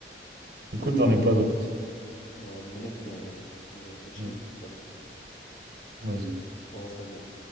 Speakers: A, on the right; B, on the left.
A: Écoute,
B: Ouais.
A: j'en ai pas d'autres.
B: Ouais, moi non plus, en vrai. Ouais, J'ai réfléchi,
A: Ouais,
B: mais pas d'autre.
A: Vas-y.
B: Bon, salut.